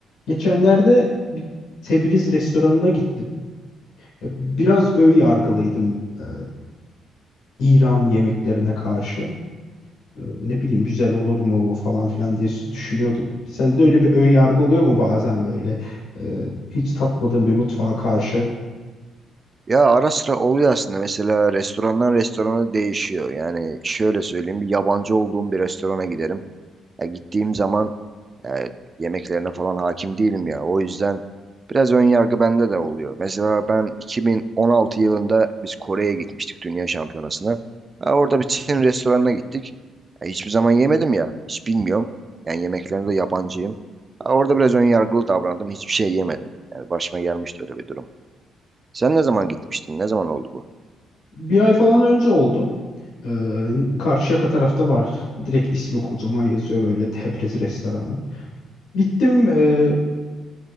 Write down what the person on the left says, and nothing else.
Geçenlerde bir Tebriz restoranına gittim. Ya, Biraz ön yargılıydım e, İran yemeklerine karşı. E, Ne bileyim güzel olur mu falan filan diye s- düşünüyordum. Sende de öyle bir ön yargı oluyor mu bazen böyle e, hiç tatmadığın bir mutfağa karşı?
Bir ay falan önce oldu. E, Karşıyaka tarafta var. Direkt ismi kocaman yazıyor böyle Tebriz restoranı. Gittim e,